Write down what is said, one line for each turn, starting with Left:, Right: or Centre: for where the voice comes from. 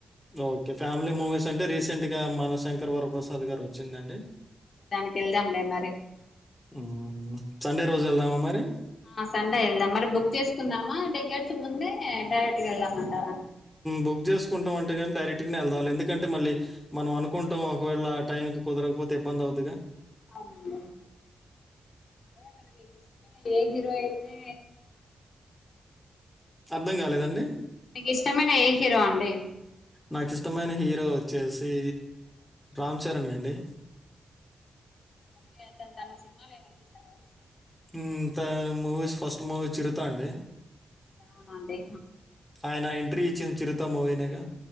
Centre: ఓకే ఫ్యామిలీ మూవీస్ అంటే రీసెంట్ గా మన శంకర్ వరప్రసాద్ గారు వచ్చిందండి
Left: దానికి వెళ్దాంలే మరి
Centre: హ్మ్. సండే రోజు ఎళ్దామా మరి
Left: ఆ సండే ఎళ్దాం మరి బుక్ చేసుకుందామా టికెట్స్ ముందే డైరెక్ట్ గ ఎళ్దామంటారా
Centre: బుక్ చేసుకుంటాం అంటే కానీ డైరెక్ట్ గనే ఎళ్దాం ఎందుకంటే మళ్ళీ మనం అనుకుంటాం ఒకవేళ టైమ్ కి కుదరకపోతే ఇబ్బంది అవిద్ది గా
Left: అవునండి అదేే మరి మీ ఇష్టమే నే ఏ హీరో అయితే
Centre: అర్థంకాలేదండి
Left: మీకు ఇష్టమైన ఏ హీరో అండి
Centre: నాకిష్టమైనా హీరో వచ్చేసి రామ్ చరణ్ అండి
Left: ఓకే అతన్ తన సినిమాలు ఏమన్నా చూసావా రీసెంట్లీ
Centre: ఉమ్ త మూవీ ఫస్ట్ మూవీ చిరుతా అండి
Left: అవునండి
Centre: ఆయన ఎంట్రీ ఇచ్చింది చిరుతా మూవీనేగా